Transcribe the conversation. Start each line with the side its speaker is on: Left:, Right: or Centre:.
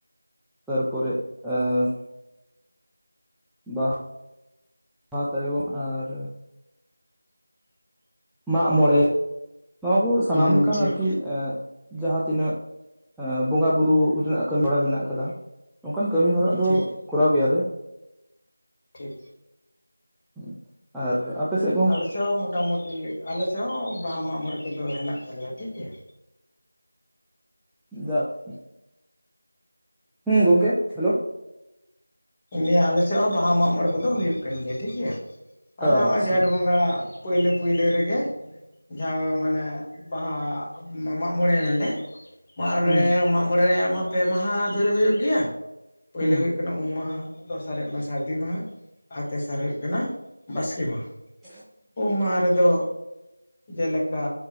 Centre: ᱛᱟᱨᱯᱚᱨᱮ ᱮᱸ ᱵᱟ ᱦᱟ ᱛᱟᱭᱚᱢ ᱟᱨ ᱢᱟᱜᱢᱚᱲᱮ ᱱᱚᱣᱟ ᱠᱚ ᱥᱟᱱᱟᱢ
Left: ᱦᱩᱸ
Centre: ᱞᱮᱠᱟᱱ
Left: ᱴᱷᱤᱠ
Centre: ᱟᱨᱠᱤ ᱮᱸ ᱡᱟᱦᱟᱸ ᱛᱤᱱᱟᱹᱜ ᱮᱸ ᱵᱚᱸᱜᱟ ᱵᱩᱨᱩ ᱠᱚᱴᱷᱮᱱᱟᱜ ᱠᱟᱹᱢᱤ ᱦᱚᱲᱟ ᱢᱮᱱᱟᱜ ᱠᱟᱫᱟ᱾ ᱱᱚᱝᱠᱟᱱ ᱠᱟᱹᱢᱤ ᱦᱚᱨᱟ ᱫᱚ
Left: ᱴᱷᱤᱠ
Centre: ᱠᱚᱨᱟᱣ ᱜᱮᱭᱟᱞᱮ᱾
Left: ᱴᱷᱤᱠ᱾
Centre: <inaudible> ᱟᱨ ᱟᱯᱮ ᱥᱮᱜ?
Left: ᱟᱞᱮ ᱥᱮᱜ ᱦᱚᱸ ᱢᱚᱴᱟᱢᱩᱴᱤ ᱟᱞᱮ ᱥᱮᱜ ᱦᱚᱸ ᱵᱟᱦᱟ ᱢᱟᱜ ᱢᱚᱬᱮ ᱠᱚᱫᱚ ᱦᱮᱱᱟᱜ ᱛᱟᱞᱮᱭᱟ ᱴᱷᱤᱠ ᱜᱮᱭᱟ᱾
Centre: <inaudible> ᱦᱩᱸ ᱜᱚᱝᱠᱮ ᱦᱮᱞᱳ᱾
Left: ᱱᱤᱭᱟᱹ ᱟᱞᱮ ᱥᱮᱜ ᱦᱚᱸ ᱵᱟᱦᱟ ᱢᱟᱜ ᱢᱚᱬᱮ ᱠᱚᱫᱚ ᱦᱩᱭᱩᱜ ᱠᱟᱱ ᱜᱮᱭᱟ ᱴᱷᱤᱠ ᱜᱮᱭᱟ, ᱟᱞᱮ
Centre: ᱟᱪᱪᱷᱟ
Left: ᱦᱚᱸ ᱡᱷᱮᱸᱴ ᱵᱚᱸᱜᱟ ᱯᱟᱹᱭᱞᱟᱹ ᱯᱟᱹᱭᱞᱟᱹ ᱨᱮᱜᱮ ᱡᱟᱦᱟᱸ ᱢᱟᱱᱮ ᱵᱟᱦᱟ ᱢᱟᱜ ᱢᱟᱼᱢᱚᱬᱮ ᱱᱟᱞᱮ᱾ ᱢᱟᱜᱨᱮ
Centre: ᱦᱩᱸ
Left: ᱢᱟᱜ ᱢᱚᱬᱮ ᱨᱮᱭᱟᱜ ᱢᱟ ᱯᱮ ᱢᱟᱦᱟ ᱫᱷᱚᱨᱮ ᱦᱩᱭᱩᱜ ᱜᱮᱭᱟ, ᱯᱟᱹᱭᱞᱟᱹ
Centre: ᱦᱩᱸ
Left: ᱦᱩᱭᱩᱜ ᱠᱟᱱᱟ ᱩᱢ ᱢᱟᱦᱟ᱾ ᱫᱚᱥᱟᱨ ᱦᱩᱭᱩᱜ ᱠᱟᱱᱟ ᱥᱟᱹᱨᱫᱤ ᱢᱟᱦᱟ ᱟᱨ ᱛᱮᱥᱟᱨ ᱦᱩᱭᱩᱜ ᱠᱟᱱᱟ ᱵᱟᱥᱠᱮ ᱢᱟᱦᱟ᱾
Centre: <inaudible>
Left: ᱩᱢ ᱢᱟᱸᱦᱟ ᱨᱮᱫᱚ ᱡᱮᱞᱮᱠᱟ